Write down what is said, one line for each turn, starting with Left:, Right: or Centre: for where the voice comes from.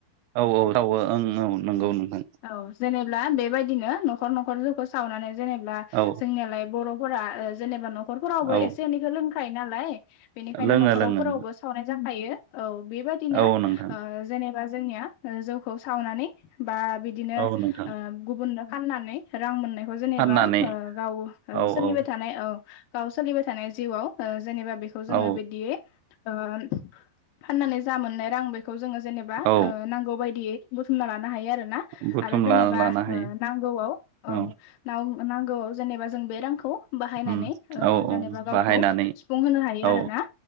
Right: औ औ ओ औ नंगौ नोंथां
Left: औ जेनेबला बेबायदिनो न'खर न'खर जौखौ सावनानै जेनेब्ला
Right: औ
Left: जोंनियालाय बर' फोरा ओ जेनेबा न'खरफोरावबो
Right: औ
Left: एसे एनैखौ लोंखायो नालाय बेनिखायनो
Right: लोङो
Left: न'खराव
Right: लोङो
Left: फोरावबो सावनाय जाखायो औ बेबादिनो
Right: औ नोंथां
Left: ओ जेनेबा जोंनिया जौखौ सावनानै बा बिदिनो
Right: औ नोंथां
Left: ओ गुबुननो फाननानै रां मोननायखौ जेनेबा
Right: फाननानै
Left: ओ गाव ओ
Right: औ
Left: सोलिबाय
Right: औ
Left: थानाय औ गाव सोलिबाय थानाय जिउआव ओ जेनेबा बेखौ
Right: औ
Left: जोङो बिदियै ओ म फाननानै जा मोननाय रां बेख बेखौ जोङो जेनेबा
Right: औ
Left: ओ नांगौ बायदियै बुथुमना लान हायो आरो ना
Right: बुथुमना
Left: आरो जेनेबा
Right: लानो हायो
Left: नांगौ आव
Right: औ
Left: ना नांगौआव जेनेबा जों बे रांखौ बाहायनानै
Right: उम
Left: ओ
Right: औ
Left: जेनेबा
Right: औ
Left: गावखौ
Right: बाहायनानै
Left: सुफुंहोनो हायो
Right: औ
Left: आरो ना